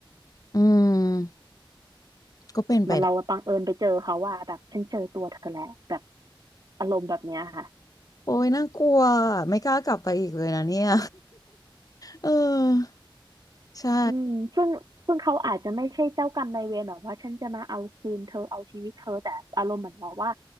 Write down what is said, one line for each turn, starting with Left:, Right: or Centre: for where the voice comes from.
Left: อืมก็เป็นไปได้
Right: มันเราบังเอิญไปเจอเขาว่าแบบฉันเจอตัวเธอแหละแบบอารมณ์แบบเนี้ยค่ะ
Left: โอ้ยน่ากลัวไม่กล้ากลับไปอีกเลยนะเนี่ย <laughs> เออใช่
Right: อืมซึ่งซึ่งเขาอาจจะไม่ใช่เจ้ากรรมนายเวรแบบว่าฉันจะมาเอาคืนเธอเอาชีวิตเธอแต่อารมณ์เหมือนบอกว่า